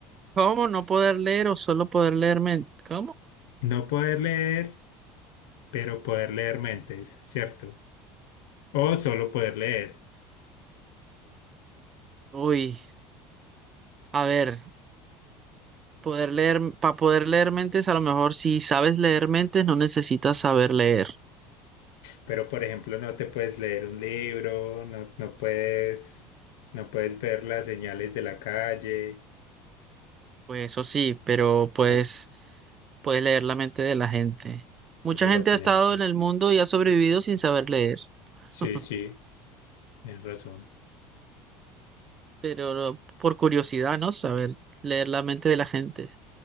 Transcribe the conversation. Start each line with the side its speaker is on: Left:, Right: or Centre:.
Right: ¿Cómo no poder leer o solo poder leer mentes? ¿Cómo?
Left: No poder leer, pero poder leer mentes, ¿cierto? O solo poder leer.
Right: Uy, a ver, poder leer, para poder leer mentes, a lo mejor si sabes leer mentes, no necesitas saber leer.
Left: Pero, por ejemplo, no te puedes leer un libro, no, no puedes, no puedes ver las señales de la calle.
Right: Pues eso sí, pero pues
Left: Es-
Right: puedes leer la mente de la gente. Mucha
Left: eso es
Right: gente
Left: lo que
Right: ha estado
Left: yo no entiendo.
Right: en el mundo y ha sobrevivido sin saber leer, <laughs>
Left: Sí, sí, tienes razón.
Right: pero por curiosidad, ¿no? Saber leer la mente de la gente.